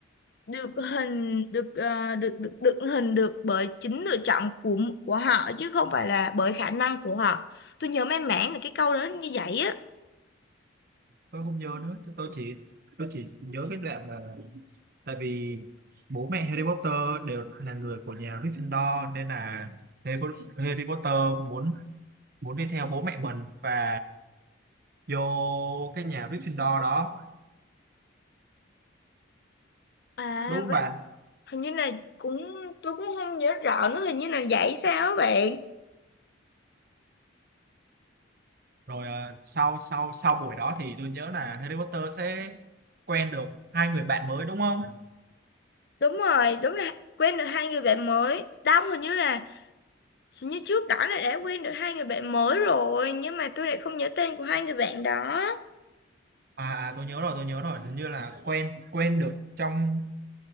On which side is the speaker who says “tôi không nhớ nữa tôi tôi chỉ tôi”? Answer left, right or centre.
Right